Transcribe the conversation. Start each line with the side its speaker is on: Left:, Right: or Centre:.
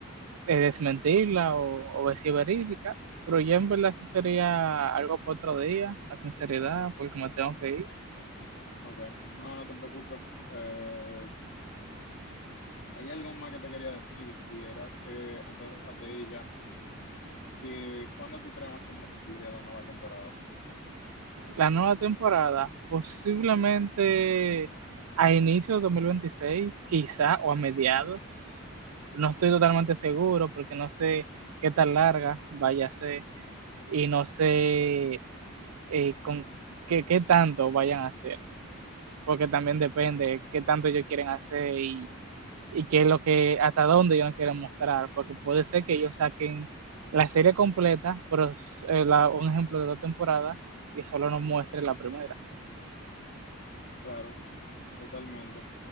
Right: eh, desmentirla o, o ver si es verídica, pero ya en verdad eso sería algo para otro día, la sinceridad, porque me tengo que ir.
Left: Ok, no, no te preocupes. Eh, hay algo más que te quería decir y era que antes de ella, ¿Y cuándo tú crees más o menos que saldría la nueva temporada.
Right: La nueva temporada, posiblemente a inicios de 2026, quizá, o a mediados. No estoy totalmente seguro porque no sé qué tan larga vaya a ser y no sé eh, con qué, qué tanto vayan a hacer, porque también depende qué tanto ellos quieren hacer y, y qué es lo que, hasta dónde ellos quieren mostrar, porque puede ser que ellos saquen la serie completa, pero eh, la- un ejemplo de dos temporadas y solo nos muestre la primera.
Left: Claro, totalmente.